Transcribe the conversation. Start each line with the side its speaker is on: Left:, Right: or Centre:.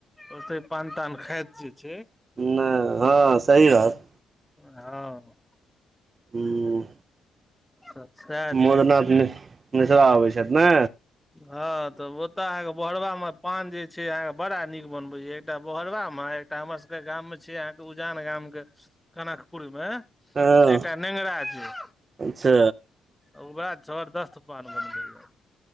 Centre: ओते पान तान खाइत जे छै
Right: नहि हँ सही रहत
Centre: हँ
Right: ह
Centre: अछा
Right: मोदनाथ मिश मिश्रा अबै छथि ने
Centre: हँ तऽ ओ ओत अहाँ भोरहरवा में पान जे छै अहाँ के बड़ा नीक बनबेया एकटा बोहरबा मे‌ एक एकटा हमर सबके गाम में छी अहाँके उजान गाम के कनकपुर मे
Right: हँ
Centre: सेटा नेंगरा छै
Right: अच्छा
Centre: ओए जबरदस्त पान बनबैया